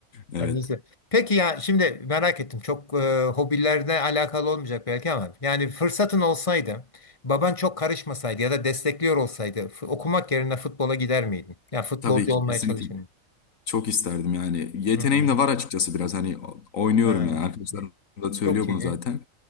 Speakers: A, on the left; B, on the left.
A: Evet.
B: Yani neyse. Peki ya şimdi merak ettim. Çok e, hobilerle alakalı olmayacak belki ama yani fırsatın olsaydı, baban çok karışmasaydı ya da destekliyor olsaydı f- okumak yerine futbola gider miydin? Ya futbolcu
A: Tabii ki
B: olmaya
A: kesinlikle.
B: çalışır mıydın?
A: Çok isterdim yani. Yeteneğim
B: Hı hı.
A: de var açıkçası biraz. Hani o- oynuyorum
B: Evet.
A: yani. Arkadaşlarım da söylüyor
B: Çok iyi.
A: bunu zaten.